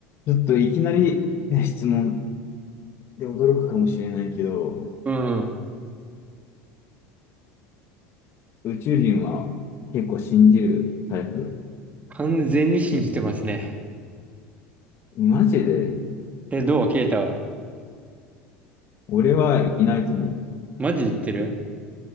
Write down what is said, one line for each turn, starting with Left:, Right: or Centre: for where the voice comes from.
Left: ちょっといきなり、ね、質問で驚くかもしれないけど、
Right: うん。
Left: 宇宙人は結構信じるタイプ。
Right: 完全に信じてますね。
Left: マジで
Right: え、どうケイタは。
Left: 俺はいないと思
Right: マジで言ってる